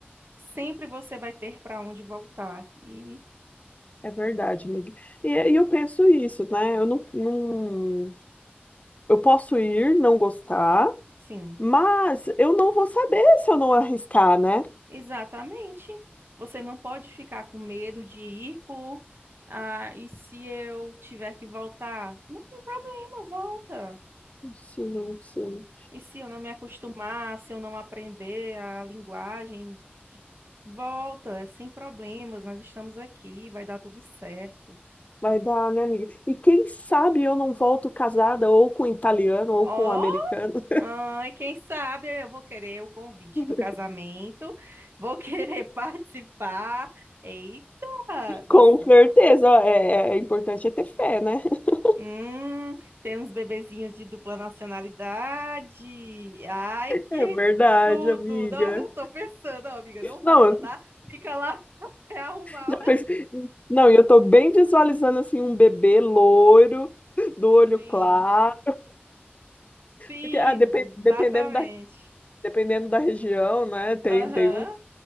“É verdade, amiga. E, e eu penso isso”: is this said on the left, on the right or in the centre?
Left